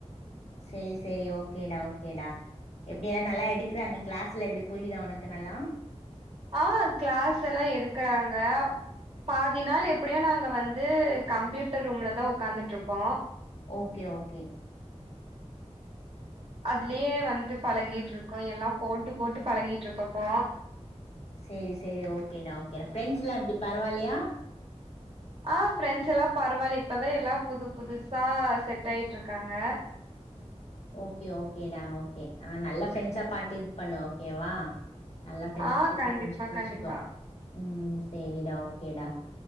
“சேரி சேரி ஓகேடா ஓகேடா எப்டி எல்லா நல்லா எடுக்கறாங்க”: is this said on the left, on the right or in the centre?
Left